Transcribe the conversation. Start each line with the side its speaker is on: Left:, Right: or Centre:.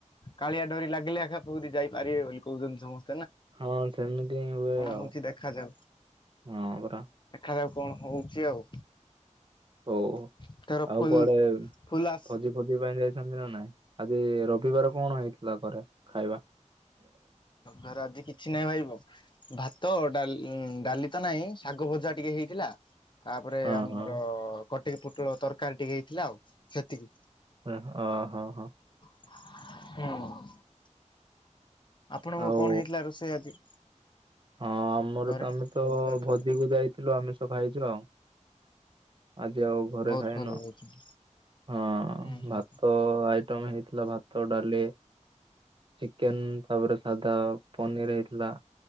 Left: କାଳିଆ ଡୋରି ଲାଗିଲେ ଏଖା ପୁରୀ ଯାଇପାରିବେ ବୋଲି କୋହୁଛନ୍ତି ସମସ୍
Right: ହଁ ସେମିତି ହିଁ ହୁଏ ଆଉ
Left: ହଉଛି ଦେଖାଯାଉ
Right: ହଁ ପରା।
Left: ମାନେ ଆଉ କଣ ହୋଉଚି ଆଉ?
Right: ହୋଉ
Left: ଏଥର
Right: ଆଉ
Left: ଫୁଲ
Right: କୁଆଡେ
Left: ଫୁଲ ଆସ
Right: ଫୋଜି ଫୋଜି ପାଇଁ ଯାଇଛନ୍ତି ନା ନାଇଁ ଆଜି ରବିବାର କଣ ହେଇଥିଲା ଘରେ ଖାଇବା?
Left: ରବିବାର ଆଜି କିଛି ନାଇଁ ଭାଇ ବ ଭାତ ଡାଲ୍-ଡାଲି ତ ନାଇଁ ଶାଗ ଭଜା ଟିକେ ହେଇଥିଲା ତାପରେ
Right: ହଁ
Left: ଆମର
Right: ହଁ
Left: କଟିକି ପୁଟଳ ତରକାରୀ ଟିକେ ହେଇଥିଲା ଆଉ ସେତିକି।
Right: ଉଁ ଅ ହଁ ହଁ।
Left: ହୁଁ। ଆପଣଙ୍କ
Right: ଆଉ
Left: କଣ ହେଇଥିଲା ରୋଷେଇ ଆଜି?
Right: ହଁ ଆମର
Left: ଘରେ
Right: ତ ଆମେ ତ
Left: ରବିବାର ଛୁଟିରେ?
Right: ଭୋଜିକୁ ଯାଇଥିଲୁ ଆମିଷ ଖାଇଚୁ ଆଉ। ଆଜି ଆଉ ଘରେ
Left: ବହୁତ
Right: ଖାଇନୁ
Left: ଭଲ ବହୁତ ହୁଁ।
Right: ହଁ
Left: ହୁଁ ହୁଁ
Right: ଭାତ ଆ ତ ଆମ ହେଇଥିଲା ଭାତ ଡାଲି ଚିକେନ ତାପରେ ସାଧା ପନିର ହେଇଥିଲା